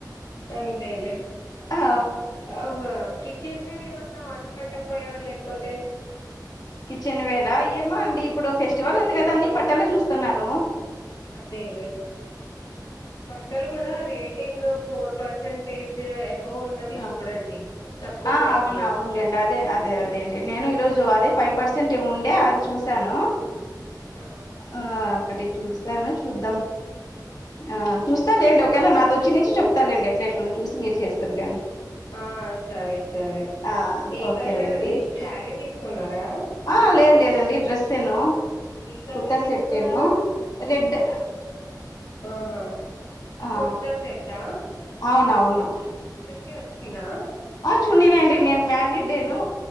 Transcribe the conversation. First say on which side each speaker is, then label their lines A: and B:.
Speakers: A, on the left; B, on the left.
A: అంతేలే
B: ఆ
A: అవ్గా కిచెన్ వేర్ ఏమన్నా ఆర్డర్ పెట్టకపోయారా లేకపోతే.
B: కిచెన్ వేరా ఏమో అండి ఇప్పుడు ఫెస్టివల్ ఉంది కదా అని బట్టలే చూస్తన్నాను.
A: అదేలే బట్టలు కూడా రే టింగ్ ఫోర్ పర్సెంటేజ్ ఎప్ బావున్నవి
B: ఆ
A: చూడండి తక్కువ
B: ఆ
A: ప్రైస్
B: అవును
A: లో
B: అవునులేండి అదే అదే లేండి నేను ఈరోజు అదే ఫైవ్ పర్సెంట్ ఏమో ఉండే అది చూశాను
A: ఆ
B: ఆ ఒకటి చూసాను చూద్దాం ఆ చూస్తాలేండి ఒకవేళ నాది వచ్చి నుంచి చెప్తాలేండి ఎట్లా ఎట్లనో చూసి మీరు చేస్తురు గానీ
A: ఆ సరే సరే
B: ఆ
A: ఏ
B: ఓకేలేండి
A: కలర్ ఏ శారీ తీసుకున్నారా
B: ఆ లేదు లేదండీ డ్రెస్సేను
A: ఏ కలర్
B: కుర్తా
A: తీసుకున్నారు
B: సెట్టేనో రెడ్
A: ఆహా
B: ఆ
A: కుర్తా సెట్టా
B: అవునవును
A: చున్నీ వచ్చిందా
B: ఆ చున్నీనేండి నేను మ్యారీడ్డేను